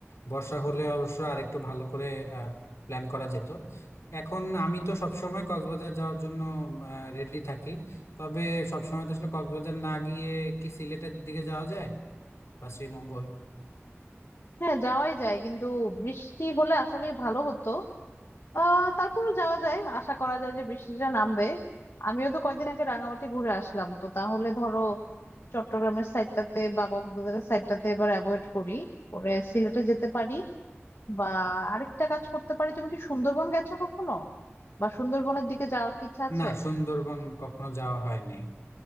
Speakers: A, on the left; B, on the left.
A: বর্ষা হলে অবশ্য আরেকটু ভালো করে প্ল্যান করা যেত এখন আমি তো সবসময় কক্সবাজার যাওয়ার জন্য রেডি থাকি তবে সবসময় তো আসলে কক্সবাজার না গিয়ে কি সিলেটের দিকে যাওয়া যায় বা শ্রীমঙ্গল
B: হ্যাঁ যাওয়াই যায় কিন্তু বৃষ্টি হলে আসলেই ভালো হতো আহ তারপরও যাওয়া যায় আশা করা যায় যে বৃষ্টিটা নামবে আমিও তো কয়দিন আগে রাঙামাটি ঘুরে আসলাম তো তাহলে ধরো চট্টগ্রামের সাইডটাতে বা কক্সবাজারের সাইডটাতে এবার অ্যাভয়েড করি পরে সিলেটে যেতে পারি বা আরেকটা কাজ করতে পারি তুমি কি সুন্দরবন গেছো কখনো বা সুন্দরবনের দিকে যাওয়ার কি ইচ্ছা আছে
A: না সুন্দরবন কখনো যাওয়া হয়নি